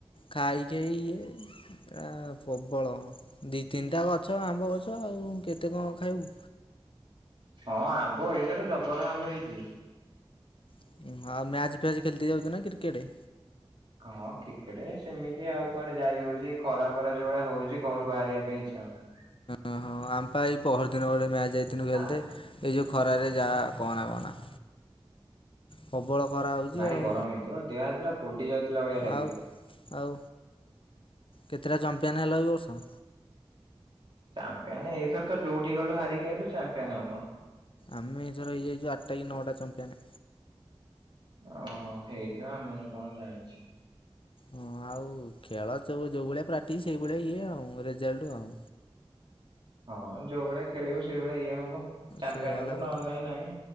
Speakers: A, on the left; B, on the right.
A: ଖାଇ ଖାଇ ଇଏ ଏ ପ୍ରବଳ ଦି ତିନିଟା ଗଛ ଆମ୍ବ ଗଛ ଆଉ କେତେ କଣ ଖାଇବୁ।
B: ହଁ ଆମ୍ବ ଏଇଥର ଜବର ଆମ୍ବ ହେଇଚି।
A: ଆଉ ମ୍ୟାଚ ଫ୍ୟାଚ ଖେଳତି ଯାଉଚୁ ନା କ୍ରିକେଟ।
B: ହଁ କ୍ରିକେଟ ସେମିତି ଆଉ କୁଆଡେ ଯାଇ ହଉଚି ଏ ଖରା ଫରା ଯୋଉଭଳି ହଉଚି ଘରୁ ବାହାରିବା ପାଇଁ ଇଚ୍ଛା ହଉନି।
A: ଓହୋ ଆମେପା ଏଇ ପହର ଦିନ ଗୋଟେ ମ୍ୟାଚ ଯାଇଥିଲୁ ଖେଲତେ
B: ଆ
A: ଏ ଯୋଉ ଖରାରେ ଯାହା କହନା କହନା। ପ୍ରବଳ ଖରା ହଉଛି
B: ଭାରି
A: ଆଉ
B: ଗରମ ହେଇଥିବ ଦେହ ହାତ ଗୁରା ପୋଡି ଯାଉଥିଲା ଭଳିଆ ଲାଗିବ।
A: ଆଉ ଆଉ କେତେଟା ଚମ୍ପିୟନ୍ ହେଲ ଏ ବର୍ଷ।
B: ଚାମ୍ପିଆନ୍ ଏଇଥର ତ ଯୋଉଠି ଗଲୁ ହାରିକି ଆଇଲୁ ଚାମ୍ପିଆନ ଆଉ କଣ।
A: ଆମେ ଏଥର ହେଇଯାଇଚୁ ଆଠଟା କି ନଅଟା ଚମ୍ପିଆନ୍।
B: ଓହୋ ହେଇଥିବ ମୁଁ କଣ ଜାଣିଚି।
A: ହଁ ଆଉ ଖେଳ ଯୋଉ ଭଳିଆ ପ୍ରାକ୍ଟିସ୍ ସେଇଭଳିଆ ଇଏ ଆଉ ରେଜଲ୍ଟ ଆଉ।
B: ହଁ ଯୋଉ ଭଳିଆ ଖେଳିବୁ। ସେଇ ଭଳିଆ ଇଏ ହବ। ଚାମ୍ପିଆନ୍
A: ସେଇଆ ହେଲା
B: ହବୁ
A: କଥା
B: ନ ହେଲେ ନାଇଁ।